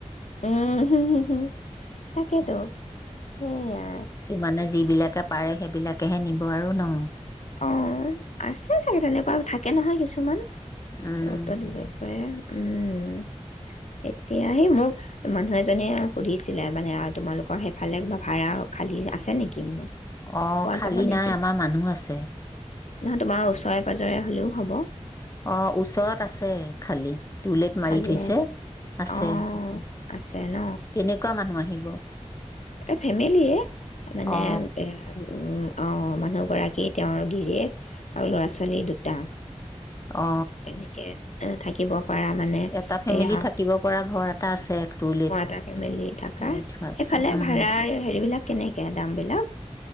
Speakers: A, on the left (about 75°); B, on the left (about 25°).
A: উম হম হম হম থাকেতো সেইয়া
B: মানে যিবিলাকে পাৰে সেইবিলাক তাকেহে নিব আৰু ন
A: অ আছে চাগে তেনেকুৱা থাকে নহয় কিছুমান
B: উম
A: উতলি লৈ পৰে উম এতিয়া সেই মোক মানুহ এজনীয়ে সুধিছিলে মানে আৰু তোমালোকৰ সেইফালে ক ভাড়া খালী আছে নেকি মানে
B: অ
A: পোৱা
B: খালী
A: যাব নেকি
B: নাই আমাৰ মানুহ আছে
A: নহয় তোমাৰ ওচৰে পাজৰে হলেও হব
B: অ ওচৰত আছে খালি টুলেট মাৰি
A: খালীয়ে
B: থৈছে আছে
A: অ আছে ন
B: কেনেকুৱা মানুহ আহিব
A: ফেমিলিয়ে মানে
B: অ
A: এ অ মানুহগৰাকী তেওঁৰ গিৰিক আৰু ল'ৰা ছোৱালী দুটা
B: অ
A: তেনেকে থাকিব পাৰা মানে
B: এটা ফেমিলি
A: এয়া
B: থাকিব পৰা ঘৰ এটা আছে টুলেট
A: থকা
B: মাৰি থোৱা আছে
A: সেইফালে
B: উম
A: ভাড়াৰ হেৰিবিলাক কেনেকে দাম বিলাক